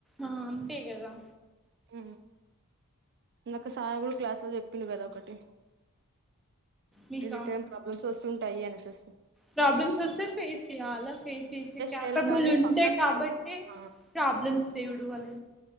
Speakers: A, in the centre; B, on the right.
A: ఆ అంతే గదా
B: అ ఇందక సారు గుడా క్లాస్ లో చెప్పిండు కదా ఒకటి
A: మీకా
B: ఎని టైమ్ ప్రబ్లాం వస్సుంటాయి అనేసేసి
A: ప్రాబ్లమ్స్ వస్తే ఫేసు చేయల ఫేస్ చేసే క్యాపబుల్
B: చేయాలి కానీ
A: ఉంటే
B: పక్కనకి
A: కాబట్టి
B: వెళ్ళిపోకూడదు ఆ
A: ప్రాబ్లమ్స్ యుడువలే